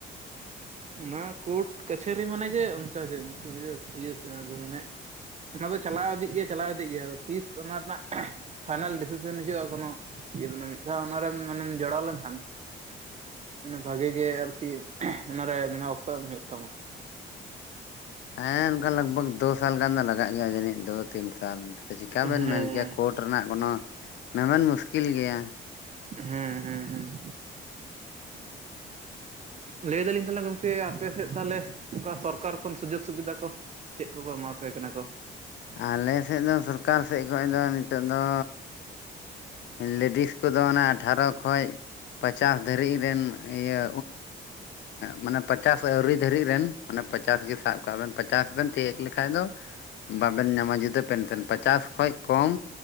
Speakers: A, on the right; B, on the left.
A: ᱚᱱᱟ ᱠᱳᱨᱴ ᱠᱟᱪᱷᱟᱹᱨᱤ ᱢᱟᱱᱮ ᱜᱮ ᱚᱱᱠᱟ ᱜᱮ ᱵᱩᱡᱷᱟᱹᱣ ᱤᱭᱟᱹ ᱥᱮ ᱫᱚ ᱢᱟᱱᱮ ᱚᱱᱟ ᱫᱚ ᱪᱟᱞᱟᱣ ᱤᱫᱤᱜ ᱜᱮ ᱪᱟᱞᱟᱣ ᱤᱫᱤᱜ ᱜᱮᱭᱟ ᱾ ᱟᱫᱚ ᱛᱤᱥ ᱚᱱᱟ ᱨᱮᱱᱟᱜ ᱯᱷᱟᱭᱱᱟᱞ ᱰᱤᱥᱤᱥᱮᱱ ᱦᱤᱡᱩᱜᱼᱟ ᱠᱳᱱᱳ ᱤᱭᱟᱹ ᱢᱟᱱᱮ ᱢᱤᱫ ᱫᱷᱟᱣ ᱚᱱᱟᱨᱮᱢ ᱢᱟᱱᱮᱢ ᱡᱚᱲᱟᱣ ᱞᱮᱱᱠᱷᱟᱱ ᱢᱟᱱᱮ ᱵᱷᱟᱹᱜᱤ ᱜᱮ ᱟᱨᱠᱤ ᱚᱱᱟᱨᱮ ᱢᱮ ᱚᱠᱛᱚ ᱮᱢ ᱦᱩᱭᱩᱜ ᱛᱟᱢᱟ
B: ᱦᱮᱸ ᱚᱱᱠᱟ
A: ᱥᱮ
B: ᱞᱟᱜᱽᱵᱷᱟᱜ ᱫᱚ ᱥᱟᱞ ᱜᱟᱱ ᱫᱚ ᱞᱟᱜᱟᱜ ᱜᱮᱭᱟ ᱡᱟᱹᱱᱤᱡ ᱫᱚ ᱛᱤᱱ ᱥᱟᱞ ᱪᱮᱠᱟ
A: ᱦᱮᱸ
B: ᱵᱮᱱ ᱢᱮᱱ ᱠᱮᱭᱟ ᱠᱳᱴ ᱨᱮᱱᱟᱜ ᱠᱳᱱᱚ ᱢᱮᱢᱮᱱ ᱢᱩᱥᱠᱤᱞ ᱜᱮᱭᱟ
A: ᱦᱮᱸ ᱦᱮᱸ ᱦᱮᱸ ᱞᱟᱹᱭ ᱫᱟᱞᱤᱧ ᱛᱟᱦᱚᱞᱮ ᱜᱚᱢᱠᱮ ᱟᱯᱮ ᱥᱮᱫ ᱛᱟᱦᱚᱞᱮ ᱚᱱᱠᱟ ᱥᱚᱨᱠᱟᱨ ᱠᱷᱚᱱ ᱥᱩᱡᱳᱜᱽ ᱥᱩᱵᱤᱫᱷᱟ ᱠᱚ ᱪᱮᱫ ᱠᱚᱠᱚ ᱮᱢᱟ ᱯᱮ ᱠᱟᱱᱟ ᱠᱚ
B: ᱟᱞᱮ ᱥᱮᱫ ᱫᱚ ᱥᱚᱨᱠᱟᱨ ᱥᱮᱫ ᱠᱷᱚᱡ ᱫᱚ ᱱᱤᱛᱚᱜ ᱫᱚ ᱞᱮᱰᱤᱥ ᱠᱚᱫᱚ ᱚᱱᱟ ᱟᱴᱷᱟᱨᱚ ᱠᱷᱚᱡ ᱯᱟᱪᱟᱥ ᱫᱷᱟᱹᱨᱤᱡ ᱨᱮᱱ ᱤᱭᱟᱹ ᱢᱟᱱᱮ ᱯᱚᱪᱟᱥ ᱟᱹᱣᱨᱤ ᱫᱷᱟᱹᱨᱤᱡ ᱨᱮᱱ ᱢᱟᱱᱮ ᱯᱚᱪᱟᱥ ᱜᱮ ᱥᱟᱵ ᱠᱟᱜ ᱵᱮᱱ ᱯᱚᱪᱟᱥ ᱵᱮᱱ ᱛᱤᱭᱳᱜ ᱞᱮᱠᱷᱟᱡ ᱫᱚ ᱵᱟᱵᱮᱱ ᱧᱟᱢᱟ ᱡᱩᱫᱟᱹ ᱯᱮᱱᱥᱮᱱ ᱯᱚᱪᱟᱥ ᱠᱷᱚᱡ ᱠᱚᱢ